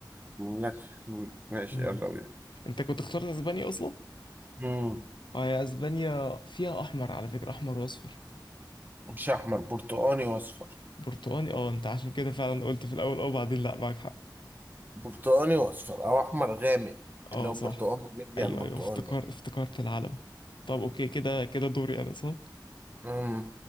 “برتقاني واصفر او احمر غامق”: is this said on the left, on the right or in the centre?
Right